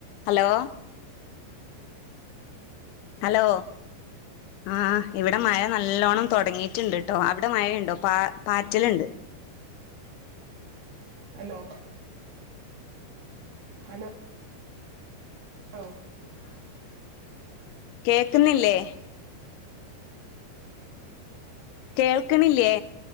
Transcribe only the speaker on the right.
ഹലോ ഹലോ ഓ